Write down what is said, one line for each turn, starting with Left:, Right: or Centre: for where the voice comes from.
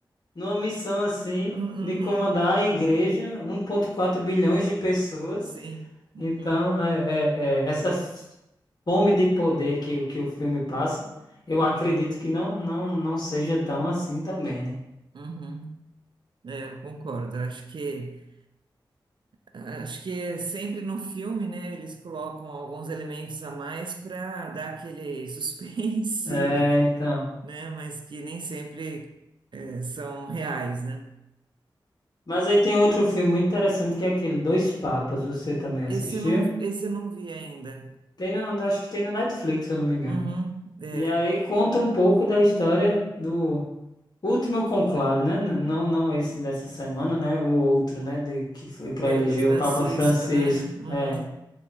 Left: numa missão assim,
Right: Uhum.
Left: de comandar a igreja, 1,4 bilhões de pessoas.
Right: Sim. Uhum.
Left: Então, é, é, é, essa. fome de poder que, que o filme passa, eu acredito
Right: Uhum.
Left: que não, não, não seja tão assim também, né?
Right: Uhum. É, eu concordo. Eu Acho que acho que é sempre no filme, né? Eles colocam alguns elementos a mais para dar aquele <laughs> suspense,
Left: É, então.
Right: né? Mas que nem sempre eh, são reais, né?
Left: Mas aí tem outro filme muito interessante que é aquele Dois Papas, você também assistiu?
Right: Esse eu não, esse eu não vi ainda.
Left: Tem no, no- acho que tem no Netflix, se eu não me engano.
Right: Uhum, é,
Left: E aí conta um pouco da história do último conclave, né? N- Não, não esse dessa semana, né? O outro, né? De, que foi para
Right: foi
Left: eleger
Right: do Francisco,
Left: o Papa Francisco.
Right: né? Uhum.
Left: É.